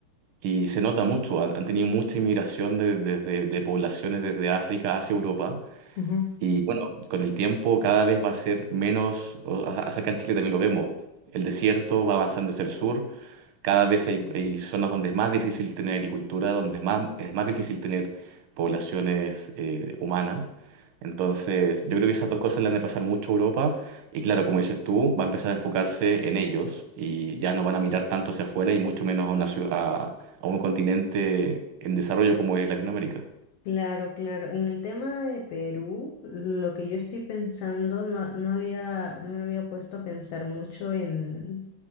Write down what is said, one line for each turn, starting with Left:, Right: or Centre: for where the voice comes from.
Right: Y se nota mucho, han, han tenido mucha inmigración de, desde- de poblaciones desde África hacia Europa.
Left: ujú,
Right: Y bueno, con el tiempo cada vez va a ser menos, o- a- a- acá en Chile también lo vemos, el desierto va avanzando hacia el sur, cada vez hay,
Left: Mm.
Right: hay zonas donde es más difícil tener agricultura, donde es más, es más difícil tener poblaciones eh, humanas. Entonces, yo creo que esas dos cosas le han de pasar mucho a Europa y claro, como dices tú, va a empezar a enfocarse en ellos y ya no van a mirar tanto hacia afuera y mucho menos a, una ciu- a a un continente en desarrollo como es Latinoamérica.
Left: Claro, claro. En el tema de Perú, lo que yo estoy pensando, no, no había, no me había puesto a pensar mucho en,